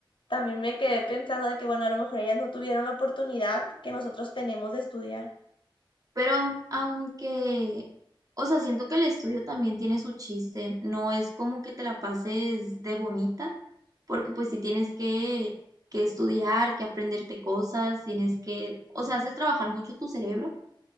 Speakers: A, on the left; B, on the right.
A: también me quedé pensando de que, bueno, a lo mejor ellas no tuvieron la oportunidad que nosotros tenemos de estudiar.
B: Pero aun- aunque, o sea, siento que el estudio también tiene su chiste, no es como que te la pases de bonita, porque pues si tienes que, que estudiar, que aprenderte cosas, tienes que, o sea, haces trabajar mucho tu cerebro